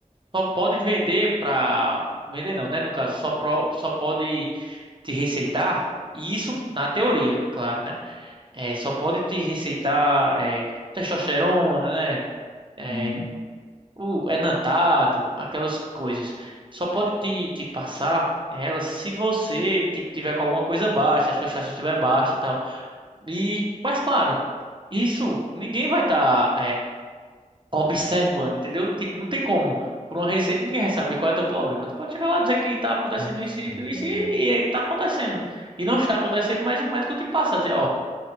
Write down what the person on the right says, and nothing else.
só pode vender para vender não, né, no caso, só pro- só pode te receitar e isso na teoria, claro, né? É, só pode te receitar é, testosterona, né? É,
o enantato, aquelas coisas. Só pode te, te passar elas se você tipo tiver com alguma coisa baixa, a sua estação estiver baixa e tal. E mas claro, isso ninguém vai estar observando, entendeu? Tipo, não tem como. Por uma receita ninguém vai saber qual é teu problema. Tu pode chegar lá e dizer que tá acontecendo
isso, isso,
isso, e, e aí tá acontecendo. E não está acontecendo, mas o médico te passa a dizer, ó,